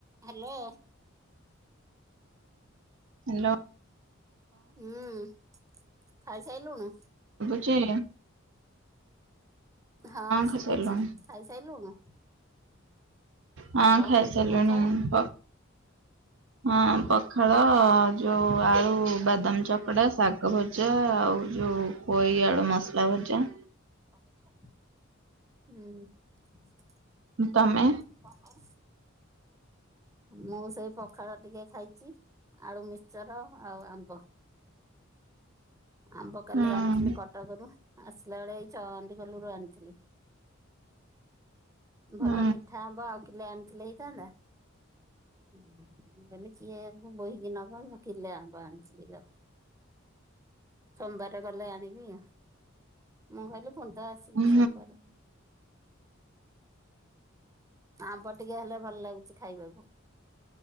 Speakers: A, on the right; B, on the right.
A: Hello.
B: Hello.
A: ହୁଁ। ଖାଇସାଇଲୁଣୁ।
B: କିଏ?
A: ହଁ ଶୁବୁଚି
B: ଖାଇସାରିଲୁଣି
A: ଖାଇସାଇଲୁଣୁ।
B: ହଁ
A: କଣ
B: ଖାଇସାଇଲିଣି
A: ଖାଇଲୁ ପଖାଳ
B: ମୁଁ ପ ହଁ ପଖାଳ। ଯୋଉ ଆଳୁ ବାଦାମ ଚକଡା ଶାଗ ଭଜା ଆଉ ଯୋଉ ପୋଇ ଆଳୁ ମସଲା ଭ ଜା।
A: ହୁଁ।
B: ତମେ?
A: ତମେ? ମୁଁ ସେଇ ପଖାଳ ଟିକେ ଖାଇଚି। ଆଳୁ ମିକ୍ସଚର ଆଉ ଆମ୍ବ। ଆମ୍ବ କାଲି
B: ହୁଁ
A: ଆଣିଥିଲି। କଟକରୁୁ ଆସିଲା ବେଳେ ଏଇ ଚ ମେଡିକାଲ ରୁ ଆଣିଥିଲି। ଭଲ
B: ହୁଁ
A: ମିଠା ଆମ୍ୱ ଆଉ କିଲେ ଆଣି ଥିଲେ ହେଇଥାନ୍ତା। ହୁଁ। ମୁଁ କହିଲି କିଏ ବୋହିକି ନବ କିଲେ ଆମ୍ବ ଆଣିଥିଲି ଜମା। ସୋମବାର ଗଲେ ଆଣିବି। ମୁଁ କହିଲି ପୁଣିତ ଆସିବି
B: ହୁଁ
A: ସୋମବାରେ। ଆମ୍ବ ଟିକେ ହେଲେ ଭଲ ଲାଗୁଛି ଖାଇବାକୁ